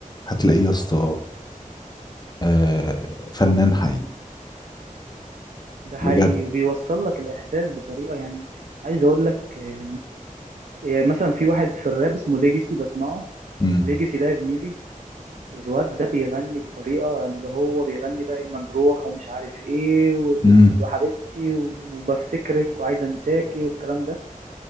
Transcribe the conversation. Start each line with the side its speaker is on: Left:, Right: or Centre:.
Left: هتلاقيه يا اسطى آه، فنان حقيقي
Right: ده حقيقي
Left: بجد
Right: وبيوصل لك الإحساس بطريقة يعني عايز أقول لك آه، يعني مثلا في واحد في الراب اسمه ليجيسي بسمعه
Left: امم
Right: ليجيسي ده يا زميلي الواد ده بيغني بطريقة اللي هو بيغني بقى ايه مجروح ومش عارف ايه وال-
Left: امم
Right: وحبيبتي وبفتكرك وعايز انساكي والكلام ده